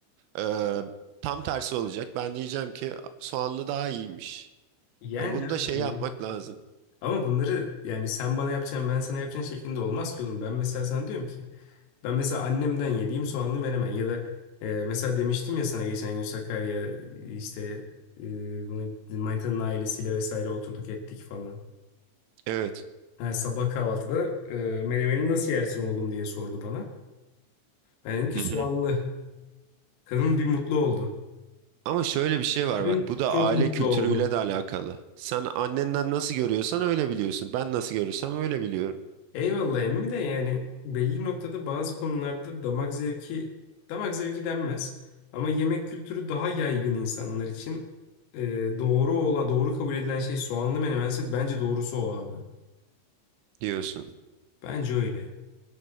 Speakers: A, on the right; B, on the left.
A: e, tam tersi olacak. Ben diyeceğim ki soğanlı daha iyiymiş.
B: Yani
A: Hani bunu
B: abi
A: da şey
B: bunları.
A: yapmak lazım.
B: Ama bunları yani sen bana yapacaksın ben sana yapacağım şeklinde olmaz ki oğlum. Ben mesela sana diyorum ki ben mesela annemden yediğim soğanlı menemen ya da e, mesela demiştim ya sana geçen gün Sakarya işte e, Manita'nın ailesiyle vesaire oturduk ettik falan.
A: Evet.
B: Ha, sabah kahvaltıda e, menemeni nasıl yersin oğlum diye sordu bana. Ben dedim ki
A: Hı
B: soğanlı.
A: hı.
B: Kadın bir mutlu oldu.
A: Ama şöyle bir şey var
B: Kadın
A: bak bu da
B: çok
A: aile
B: mutlu
A: kültürüyle
B: oldu.
A: de alakalı. Sen annenden nasıl görüyorsan öyle biliyorsun. Ben nasıl görürsem öyle biliyorum
B: Eyvallah emmi de yani belli noktada bazı konularda damak zevki damak zevki denmez ama yemek kültürü daha yaygın insanlar için e, doğru ola doğru kabul edilen şey soğanlı menemense bence doğrusu o abi.
A: diyorsun.
B: Bence öyle.